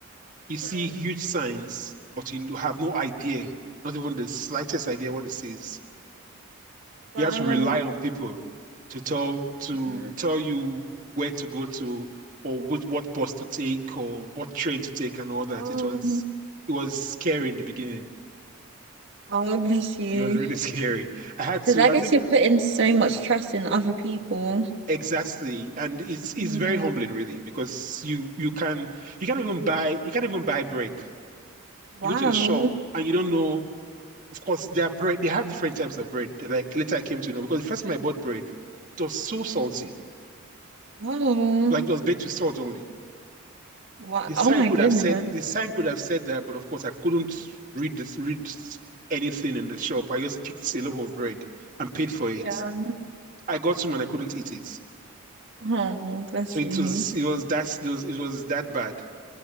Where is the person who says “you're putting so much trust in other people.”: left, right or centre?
Right